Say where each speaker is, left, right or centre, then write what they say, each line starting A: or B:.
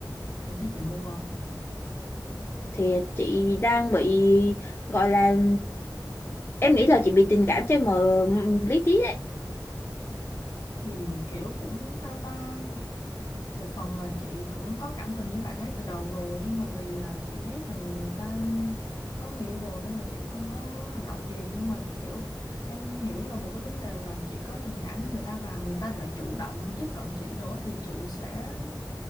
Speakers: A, on the left; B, on the left.
A: Em thấy chị ngu không?
B: Thì chị đang bị gọi là em nghĩ là chị bị tình cảm che mờ lý trí
A: Thì kiểu cũng sao ta một phần là chị cũng có cảm tình với bạn ấy từ đầu rồi nhưng mà vì là chị biết là người ta có người yêu rồi nên là chị không có hành động gì nhưng mà kiểu em hiểu là một cái vấn đề là chị có tình cảm với người ta và người ta lại chủ động tiếp cận chị nữa thì chị sẽ